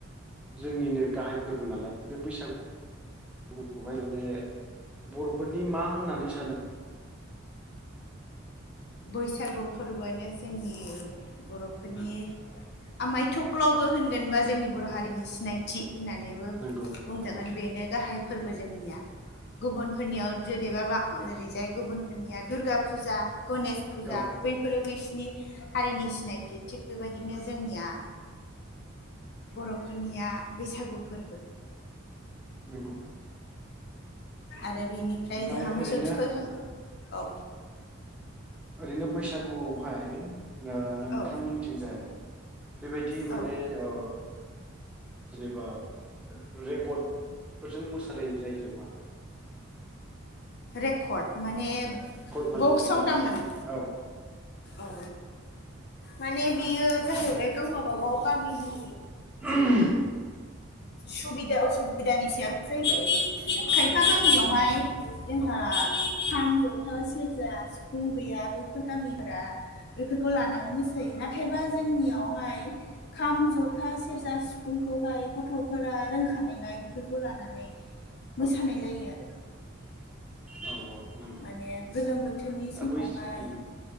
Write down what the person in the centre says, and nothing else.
जोंनि नो गाहाय फोरबो नालाय बे बैसा गु फोरखौहाय माने बर'फोरनि मा होननानै स
नंगौ
नंगौ
औ
नंगौ।
ओमफ्राय
ओरैनो
ओरैनो बैसागु आवहाय ओ नोंथांमोनथिंजाय
बेबायदि माने
ओ जेनेबा रेकर्ड फोरजों मोसानाय जायो जों मा होनो?
माने
जेनेबा
औ
<unintelligible>
औ
औ औ।
औ औ नंगौ
दा
बै उम